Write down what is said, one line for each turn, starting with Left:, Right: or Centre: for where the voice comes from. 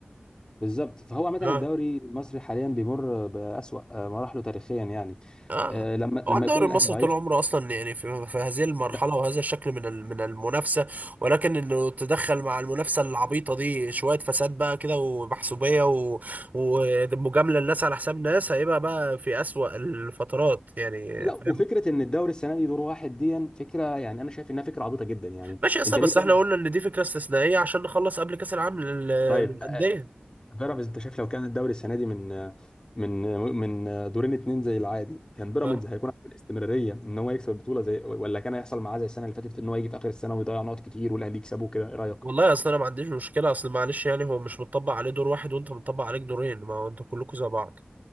Left: بالظبط فهو عامه
Right: اه
Left: الدوري المصري حاليا بيمر باسوا آه، مراحله تاريخيا يعني
Right: اه
Left: آه، لما لما
Right: هو الدوري
Left: يكون
Right: المصري
Left: الاهلي ضعيف
Right: طول عمره اصلا يعني في, في هذه المرحله
Left: لا
Right: وهذا الشكل من ال- من المنافسه ولكن انه تدخل مع المنافسه العبيطه دي شويه فساد بقى كده ومحسوبيه و- ومجامله الناس على حساب ناس هيبقى بقى في اسوأ الفترات يعني
Left: لا
Right: فاهم
Left: وفكره ان الدوري السنه دي دور واحد دي فكره يعني انا شايف انها فكره عبيطه جدا يعني
Right: ماشي اصلا
Left: انت
Right: بس
Left: ليه تعمل
Right: احنا قلنا ان دي فكره استثنائيه عشان نخلص قبل كاس العالم لل-
Left: طيب
Right: للانديه
Left: بيراميدز انت شايف لو كان الدوري السنه دي من من من دورين اتنين زي العادي كان بيراميدز
Right: اه
Left: هيكون عنده الاستمراريه ان هو يكسب البطوله زي ولا كان هيحصل معاه زي السنه اللي فاتت في ان هو يجي في اخر السنه ويضيع نقط كتير والاهلي يكسبه كده ايه رايك؟
Right: والله اصلا انا ما عنديش مشكله اصل معلش يعني هو مش متطبق عليه دور واحد وانت متطبق عليك دورين ما هو انتوا كلكم زي بعض